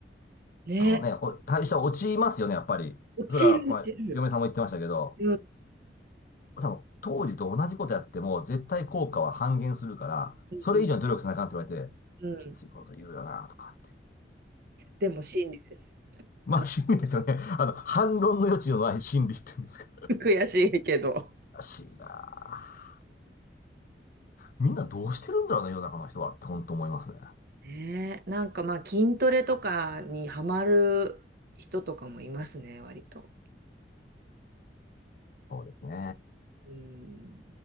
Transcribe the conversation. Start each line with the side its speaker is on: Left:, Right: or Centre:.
Right: ね。
Left: あのね、お代謝落ちますよね、やっぱり。
Right: 落ちる、
Left: それは、まあ、
Right: 落ちる。
Left: 嫁さんも言ってましたけど、
Right: うん、
Left: 多分、当時と同じことやっても、絶対効果は半減するから、
Right: うん、
Left: それ以上に努力しなあかんって言われて、
Right: うん。
Left: きついこと言うよな、とかって。
Right: でも真理です。
Left: <laughs> まあ、
Right: うん
Left: 心理ですよね。あの、反論の余地のない心理って言うんですか。
Right: <laughs> 悔しいけど。
Left: らしいなあ。みんなどうしてるんだろうな、世の中の人はって、本当思いますね。
Right: ねえ、なんかまあ筋トレとかにハマる人とかもいますね、割と。
Left: そうですね。
Right: うん